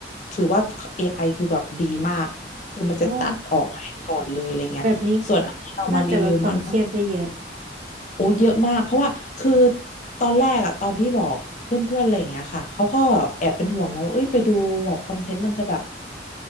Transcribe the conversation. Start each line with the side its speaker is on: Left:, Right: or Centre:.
Left: ถือว่า AI คือแบบดีมากคือมันจะตัดออกให้ก่อนเลยอะไรเงี้ย
Right: โอ้ แบบนี้
Left: ส่วนอันที่เรามารีวิวมันก็
Right: น่าจะลดความเครียดได้เยอะ
Left: โอ้เยอะมากเพราะว่าคือตอนแรกอะตอนที่บอกเพื่อนๆอะไรอย่างเงี้ยค่ะเขาก็แอบเป็นห่วงแล้วว่าเอ้ยไปดูแบบคอนเทนต์มันจะแบบ